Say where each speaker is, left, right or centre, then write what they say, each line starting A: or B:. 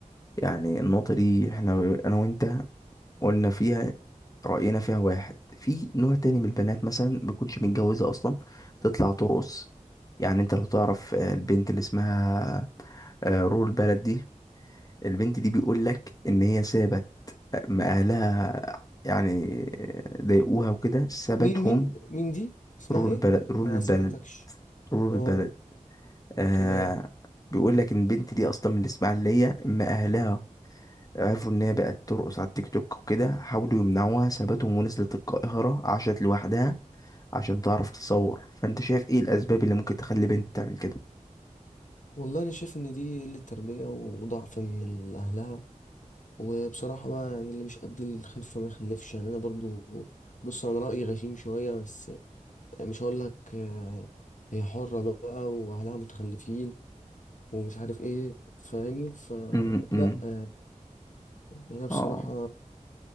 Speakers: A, on the left; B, on the left.
A: يعني النقطة دي احنا انا وانت قلنا فيها رأينا فيها واحد في نوع تاني من البنات مثلا بيكونش متجوزة اصلا تطلع ترقص يعني انت لو تعرف آه، البنت اللي اسمها آه، رول بلد دي البنت دي بيقول لك ان هي سابت ما أهلها يعني ضايقوها وكده سابتهم
B: مين مين مين دي اسمها
A: رور
B: ايه
A: البلد رور
B: ما
A: البلد
B: سمعتكش
A: رور
B: اه
A: البلد آه
B: تمام
A: بيقول لك إن البنت دي أصلا من الإسماعيلية أما أهلها عرفوا إن هي بقت ترقص على التيك توك وكده حاولوا يمنعوها سابتهم ونزلت القاهرة عاشت لوحدها عشان تعرف تصور فأنت شايف إيه الأسباب اللي ممكن تخلي بنت تعمل كده؟
B: والله انا شايف ان دي قلة تربية وضعف من اهلها وبصراحة بقى يعني اللي مش قد الخلفة ما يخلفش يعني أنا برضو بص أنا رأيي غشيم شوية بس مش هقول لك آه، هي حرة بقى وأهلها متخلفين ومش عارف إيه فاهمني فلا
A: امم
B: يعني هي بصراحة
A: اه